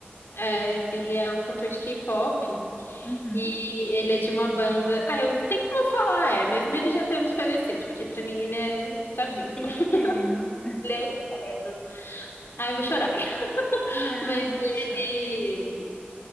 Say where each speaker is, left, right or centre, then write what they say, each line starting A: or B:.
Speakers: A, on the left; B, on the left.
A: é- ele é um cantor de K-pop
B: Uhum.
A: e ele é de uma banda. Ah, eu sempre vou falar é, mesmo ele já tendo falecido, porque pra mim ele é- está vivo.
B: Ele
A: <laughs>
B: é eterno.
A: Ele é eterno. Ah, eu vou chorar. <laughs>
B: <laughs> Não,
A: Mas
B: não
A: ele,
B: chore.